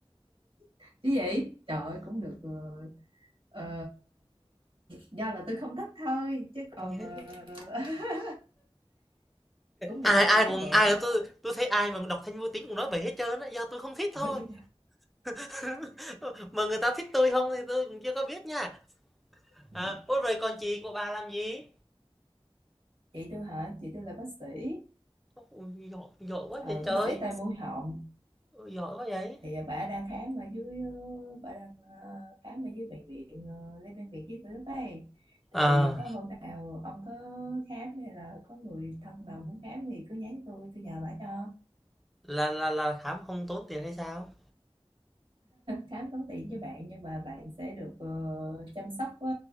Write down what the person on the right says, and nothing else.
chứ gì trời ơi cũng được ờ, ờ, do là tôi không thích thôi chứ còn
ờ, <laughs> cũng được
nhiều
chứ bộ
Ôi,
ừ.
chị tôi hả chị tôi là bác sĩ
ờ,
bác
sĩ tai mũi họng
thì ờ, bà đang khám ở dưới ờ, bà đang ờ, khám ở dưới bệnh viện ờ, Lê Văn Việt với tôi lúc ấy
thì có hôm nào ông có khám hay là có người thân nào muốn khám thì cứ nhắn tôi tôi nhờ bà cho
khám tốn tiền cho bạn nhưng mà bạn sẽ được ờ, chăm sóc ờ,